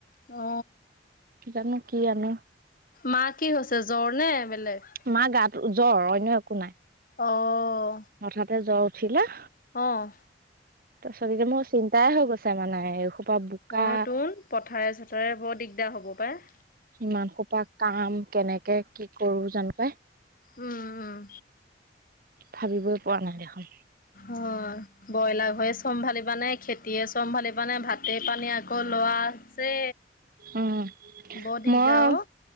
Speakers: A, on the left (about 50°); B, on the right (about 55°).
A: অ
B: জানো কি আনে।
A: মা কি হৈছে জ্বৰ নে বেলেগ?
B: মা গাতো জ্বৰ অন্য একো নাই।
A: অঁ
B: হঠাতে জ্বৰ উঠিলে।
A: অঁ।
B: তাৰপিছত এতিয়া মোৰ চিন্তাই হৈ গৈছে মানে এইসোপা। বোকা
A: অ তোৰ পথাৰে চথাৰে বৰ দিগদাৰ হ'ব পায়।
B: সিমান সোপা কাম কেনেকে কি কৰো জানো পাই।
A: উম উম।
B: ভাবিবই পোৱা নাই দেখোন।
A: অ ব্ৰইলাৰ হৈ চম্ভালিবা নে, খেতিয়ে চম্ভালিব নে, ভাতে পানীয়ে ক লৰা আছে
B: উম
A: বৰ দিগদাৰ
B: মই
A: অ।